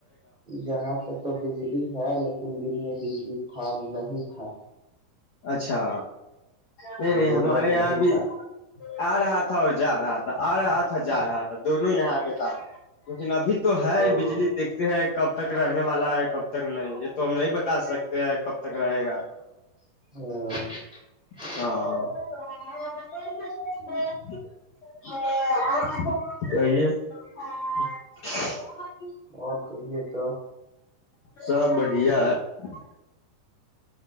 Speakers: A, on the right; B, on the left.
A: یہاں پہ تو بجلی ہے لیکن دن میں بجلی تھا نہیں تھا
B: اچھا نہیں نہیں
A: دن
B: ہمارے
A: بھر
B: یہاں
A: نہیں
B: بھی
A: تھا
B: آ رہا تھا اور جا رہا تھا آ رہا تھا جا رہا تھا دونوں یہاں آ پئے تھا لن ابھی تو ہے
A: او
B: بجلی دیکھتے ہیں کب تک رہنے والا ہے کب تک نہیں یہ تو ہم نہیں ب بتا سکتے ہیں کب تک رہے گا
A: ہ <unintelligible>
B: ہاں تویے <unintelligible> ہی <unintelligible>
A: اور تو یہے تو
B: سب بڑھیا ہے <unintelligible>